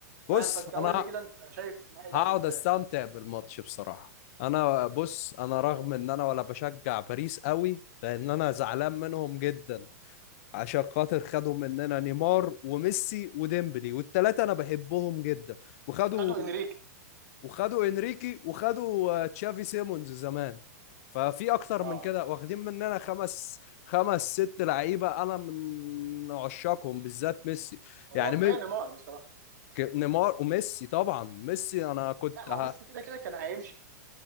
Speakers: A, on the left (about 50°); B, on the right (about 70°).
A: بص
B: فاهم فانت
A: انا
B: قول لي كده انت شايف النهائي ده
A: هقعد
B: عامل ازاي
A: استمتع بالماتش بصراحة انا بص انا رغم
B: اه
A: ان انا ولا بشجع باريس قوي لان انا زعلان منهم جدا عشان خاطر خدوا مننا نيمار وميسي وديمبلي والتلاتة انا بحبهم جدا وخدوا
B: وخدوا انريكي
A: وخدوا انريكي وخدوا آه، تشافي سيمونز زمان ففي اكتر
B: اه
A: من كده واخدين مننا خمس خمس ست لعيبة انا من عشاقهم بالذات ميسي
B: هو
A: يعني
B: كفايه
A: مي-
B: نيمار بصراحه
A: ك- نيمار وميسي طبعا ميسي انا كنت
B: لا ما
A: ه...
B: هو ميسي كده كده كان هيمشي